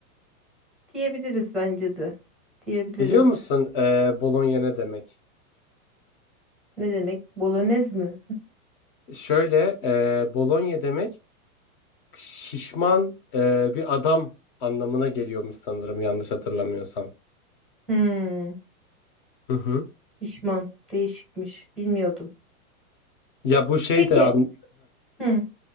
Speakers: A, in the centre; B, on the left.
A: Diyebiliriz bence de. Diyebiliriz.
B: Biliyor musun e, Bolonya ne demek?
A: Ne demek? Bolognese mi?
B: Şöyle e, Bolonya demek şişman e, bir adam anlamına geliyormuş sanırım yanlış hatırlamıyorsam.
A: Hmm,
B: Hı hı.
A: pişman. Değişikmiş. Bilmiyordum.
B: Ya bu şey
A: Peki.
B: de an-
A: Hı.